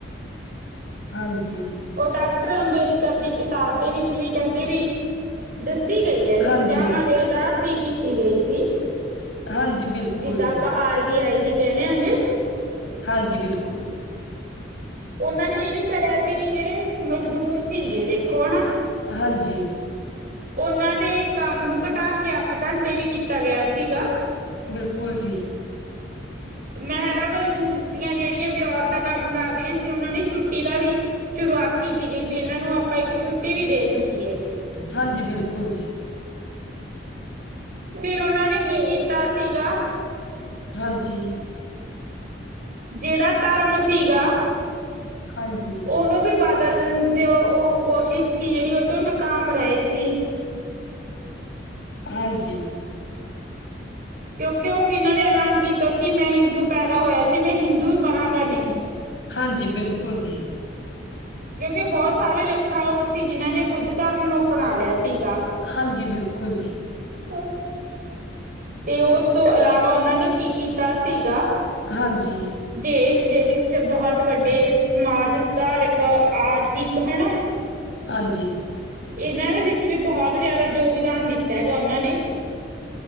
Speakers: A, on the left; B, on the right.
A: ਹਾਂਜੀ
B: ਉਹ ਡਾਕਟਰ ਅੰਬੇਦਕਰ ਦੀ ਕਿਤਾਬ ਦੇ ਵਿੱਚ ਵੀ ਕਹਿੰਦੇ ਵੀ, ਦੱਸੀ ਗਈ ਹੈਗੀ
A: ਹਾਂਜੀ
B: ਸੁਜਾਵਾਂ ਦੇ ਅਧਾਰ ਤੇ ਕੀਤੀ ਗਈ ਸੀ।
A: ਹਾਂਜੀ ਬਿਲਕੁਲ
B: ਜਿੱਦਾਂ
A: ਜੀ
B: ਆਪਾਂ ਆਰ ਬੀ ਆਈ ਦੀ ਕਹਿਣੇ ਹੁੰਦੇ
A: ਹਾਂਜੀ ਬਿਲਕੁਲ ਜੀ
B: ਉਹਨਾਂ ਨੇ ਇਹ ਵੀ ਕਰਿਆ ਸੀ ਜਿਹੜੇ ਮਜ਼ਦੂਰ ਸੀਗੇ ਦੇਖੋ ਹਨਾ
A: ਹਾਂਜੀ
B: ਉਹਨਾਂ ਦੇ ਕੰਮ ਨੂੰ ਘਟਾ ਕੇ ਅੱਠ ਘੰਟੇ ਵੀ ਕੀਤਾ ਗਿਆ ਸੀਗਾ
A: ਬਿਲਕੁਲ ਜੀ
B: ਮਹਿਲਾ ਮਜ਼ਦੂਸਤੀਆਂ ਜਿਹੜੀਆਂ ਵੀ ਔਰਤਾਂ ਕੰਮ ਕਰ ਰਹੀਆਂ ਸੀ ਉਹਨਾਂ ਲਈ ਛੁੱਟੀ ਦਾ ਵੀ ਸ਼ੁਰੂਆਤ ਕੀਤੀ ਗਈ ਵੀ ਇਹਨਾਂ ਨੂੰ ਆਪਾਂ ਇੱਕ ਛੁੱਟੀ ਵੀ ਦੇ ਸਕੀਏ
A: ਹਾਂਜੀ ਬਿਲਕੁਲ ਜੀ
B: ਫਿਰ ਉਹਨਾ ਨੇ ਕੀ ਕੀਤਾ ਸੀਗਾ
A: ਹਾਂਜੀ
B: ਜਿਹੜਾ ਟਰਮ ਸੀਗਾ
A: ਹਾਂਜੀ
B: ਉਹਨੂੰ ਵੀ ਬਦਲਨ ਦੀ ਉਹ ਕੋਸ਼ਿਸ਼ ਸੀ ਜਿਹੜੀ, ਉਹ ਤੋਂ ਨਕਾਮ ਰਹੇ ਸੀ
A: ਹਾਂਜੀ
B: ਕਿਉਂਕਿ ਉਹ ਇਹਨਾਂ ਨੇ ਐਲਾਨ ਕੀਤਾ ਸੀ ਮੈਂ ਹਿੰਦੂ ਪੈਦਾ ਹੋਇਆ ਸੀ, ਮੈਂ ਹਿੰਦੂ ਹੀ ਮਰਾਂਗਾ ਨਹੀਂ।
A: ਹਾਂਜੀ ਬਿਲਕੁਲ ਜੀ
B: ਕਿਉਂਕਿ ਬਹੁਤ ਸਾਰੇ ਲੱਖਾਂ ਲੋਕ ਸੀ ਜਿਨਾਂ ਨੇ ਬੁੱਧ ਧਰਮ ਨੂੰ ਅਪਣਾ ਲਿਆ ਸੀਗਾ
A: ਹਾਂਜੀ ਬਿਲਕੁਲ ਜੀ
B: ਹੂ ਹੂ ਤੇ ਉਸ ਤੋਂ ਇਲਾਵਾ ਉਹਨਾਂ ਨੇ, ਕੀ ਕੀਤਾ ਸੀਗਾ
A: ਹਾਂਜੀ
B: ਦੇਸ਼ ਦੇ ਵਿੱਚ ਬਹੁਤ ਵੱਡੇ, ਸਮਾਜ ਸੁਧਾਰਿਕ ਆਰਥਿਕ ਹੈਨਾ
A: ਹਾਂਜੀ
B: ਇਹਨਾਂ ਦੇ ਵਿੱਚ ਵੀ, ਬਹੁਤ ਜਿਆਦਾ ਯੋਗਦਾਨ ਦਿੱਤਾ ਹੈਗਾ ਉਹਨਾਂ ਨੇ।